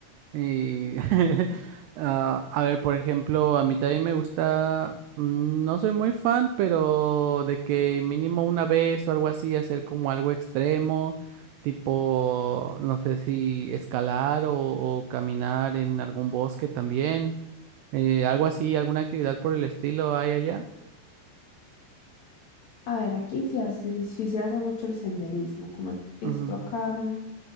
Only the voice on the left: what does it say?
A ver, aquí se hace, sí se hace mucho el senderismo, como esto
acá mm,